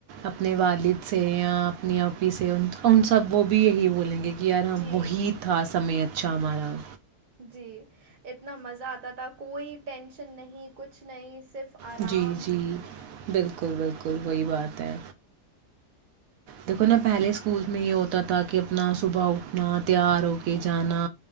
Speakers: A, on the right; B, on the right.
A: اپنے والد سے یا اپنی اپی سے ان سب وہ بھی یہی بولیں گے یارا
B: جی
A: وہی تھا سمعت چھا مارام
B: جی اتنا مزہ آتا تھا کوئی ٹینشن نہیں کچھ نہیں صرف آرام
A: جی جی بالکل بالکل وہی بات ہے دیکھو نا پہلے اسکول میں یہ ہوتا تھا کہ اپنا صبح اٹھنا تیار ہو کے جانا